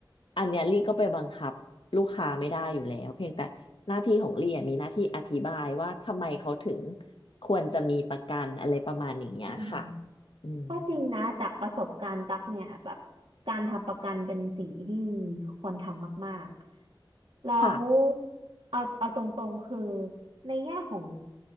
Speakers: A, on the left; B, on the right.
A: อันเนี้ยลี่ก็ไปบังคับ ลูกค้าไม่ได้อยู่แล้วเพียงแต่หน้าที่ของลี่อะมีหน้าที่อธิบายว่าทำไมเขาถึงควรจะมีประกันอะไรประมาณอย่างเงี้ยค่ะ
B: อืม
A: อืม
B: ก็จริงนะจากประสบการณ์ตักเนี่ยแบบการทำประกันเป็นสิ่งที่ควรทำมากๆแล้ว
A: ค่ะ
B: เอาเอาตรงๆคือในแง่ของ